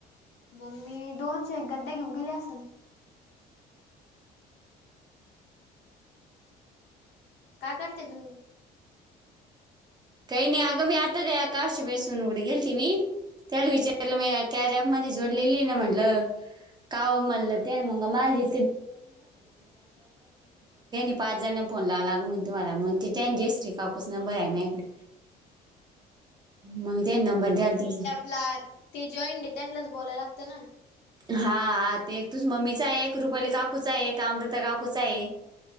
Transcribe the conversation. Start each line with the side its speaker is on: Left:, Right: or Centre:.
Left: मम्मी दोनशे एक गड्डे घेऊन गेली असल. का करते तुम्ही?
Right: काही नाही अगं मी आता ग <unintelligible> बेसून सोनू कड गेलती मी. त्याला विचारलं मी <unintelligible> मध्ये जोडलेलीय ना म्हटलं. काव म्हणलं त्या अन् मग माझे <unintelligible> पाच जण फोन लावला. अगं म्हणतो मला म्हणती त्यांच्या काकुच नंबर हाय मायाकडं. मग द्या नंबर द्याला तुमच.
Left: ला ते जॉईंट आहे त्यांनाच बोलाय लागतं ना.
Right: हा ते एक तूच मम्मीचा, ये एक रुपाली काकूचा, ये एक अमृता काकूचा ये.